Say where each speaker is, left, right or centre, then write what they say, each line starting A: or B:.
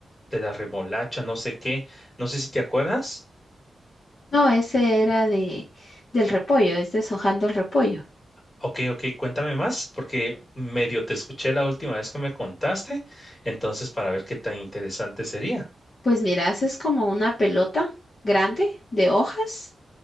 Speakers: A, on the left; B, on the left.
A: de la remolacha, no sé qué. No sé si te acuerdas.
B: No, ese era de del repollo, es deshojando el repollo.
A: Ok, ok, cuéntame más, porque medio te escuché la última vez que me contaste, entonces para ver qué tan interesante sería.
B: Pues mira, haces como una pelota grande de hojas